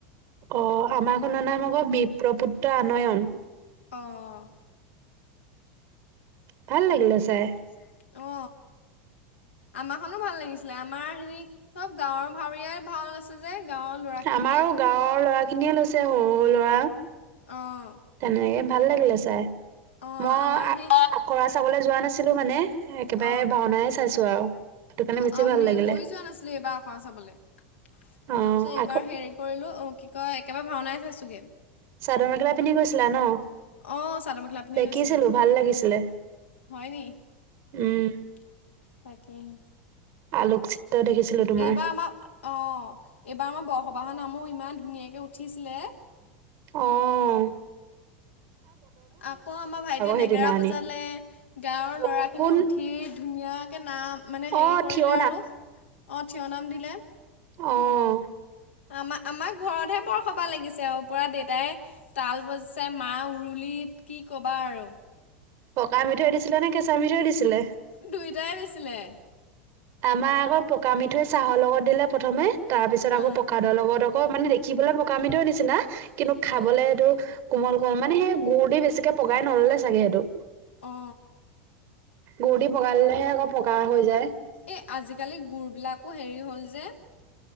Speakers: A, on the right; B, on the left.
A: অ আমাৰখনৰ নাই আকৌ বিপপুত্ৰ আনয়ন <unintelligible>
B: অঁ
A: ভাল
B: তাকে
A: লাগিলে
B: আহ
A: চাই।
B: আমাৰখনো ভাল লাগিছিলে আমাৰ হেৰি চব গাৱৰ ভাৱৰীয়াই ভাল আছে যে <unintelligible> ল'ৰাখিনিয়ে
A: আমাৰো গাঁৱৰ ল'ৰাখিনিয়ে লৈছে সৰু-সৰু ল'ৰা
B: অ',
A: তেনেকে ভাল লাগিলে ছাই
B: অ',
A: মই
B: আমাৰ
A: আ
B: সেই
A: আখৰা চাবলৈ যোৱা নাছিলো মানে <unintelligible> একেবাৰে
B: অ',
A: ভাওনাই চাইছো আৰু <unintelligible> কাৰণে
B: অ
A: বেছি
B: আমি
A: ভাল লাগিলে
B: ময়ো যোৱা নাছিলো এইবাৰ আখৰা চাবলৈ তাৰ
A: অ
B: পিছত এইবাৰ
A: আখ
B: হেৰি কৰিলো অ কি কয় একেবাৰে ভাওনাই চাইছোগে <unintelligible>
A: চাদৰ-মেখেলা পিন্ধি গৈছিলা ন? <unintelligible>
B: আহ চাদৰ-মেখেলা পিন্ধি
A: দেখিছিলো
B: গৈছিলো
A: ভাল লাগিছিলে
B: হয় নি <unintelligible>
A: উম
B: তাকে <unintelligible>
A: আলোক <unintelligible> তোমাৰ
B: এইবাৰ আমাৰ অ এইবাৰ আমাৰ ব <unintelligible> সবাহ নামো ইমান ধুনীয়াকৈ উঠিছিলে <inaudible>
A: আহ <unintelligible>
B: আকৌ আমাৰ ভাইটিয়ে নেগেৰা
A: সেইদিনাখনি
B: বজালে গাঁৱৰ
A: বৰষুণ
B: লৰাখিনি উঠি ধুনীয়া। তাকে নাম মানে হেৰি
A: অ
B: কৰিলে
A: থিয়
B: আৰু অ থিয় নাম দিলে।
A: আহ।
B: আমাৰ আমাক ঘৰতহে বৰসবাহ লাগিছে আৰু পুৰা দেউতাই তাল বজিছেই মা। প কি ক'বা আৰু
A: পকা মিঠৈ দিছিলে নে কেঁচামিঠ‌ই দিছিলে।
B: দুইটাই দিছিলে।
A: আমাৰ আকৌ পকা মিঠৈ চাহৰ লগত দিলে প্ৰথমে তাৰ পিছত
B: অ
A: আকৌ প্ৰসাদৰ লগত। ক মানে দেখিবলৈ পকামিঠৈ নিচিনা কিন্তু
B: অ
A: খাবলৈ সেইটো। কোমল-কোমল মানে সেই গুডুৰ দি বেছিকে পগাই নললে চাগে সেইটো।
B: অ
A: গুৰদি পগাই ললেহে আকৌ পকা হৈ যায়
B: এই আজিকালি গুৰবিলাকো হেৰি হ'ল যে।